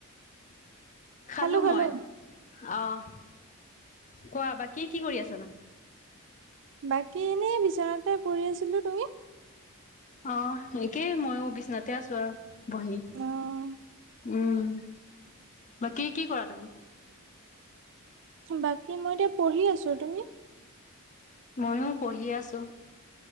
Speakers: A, on the left; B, on the right.
A: খালোঁ
B: খালো খালো।
A: মই। অ'! কোৱা বা কি কি কৰি আছানোঁ?
B: বাকী এনেই বিচনাতে পৰি আছিলোঁ। তুমি?
A: অ'! একেই মইয়ো বিচনাতে আছোঁ আৰু বহি।
B: অ
A: উম, বাকী কি কৰা তুমি?
B: বাকী মই, এতিয়া পঢ়ি আছোঁ। তুমি?
A: ময়ো পঢ়ি আছোঁ।